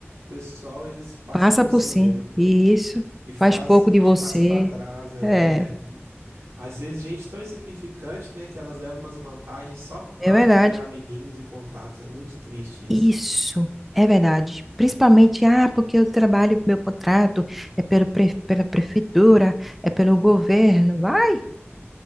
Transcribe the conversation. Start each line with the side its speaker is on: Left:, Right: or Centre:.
Right: pessoal, eles passam
Centre: passa
Right: por
Centre: por
Right: cima
Centre: cima.
Right: mesmo.
Centre: Isso,
Right: E faz
Centre: faz pouco
Right: e
Centre: de
Right: te
Centre: você.
Right: passa pra trás, é.
Centre: É,
Right: Às vezes gente tão insignificante, né, que elas levam umas vantagens só por
Centre: é
Right: causa
Centre: verdade.
Right: que tem amiguinhos e contatos. É muito triste isso.
Centre: Isso, é verdade. Principalmente, ah, porque eu trabalho, meu contrato é pelo pre- pela prefeitura, é pelo governo. Vai.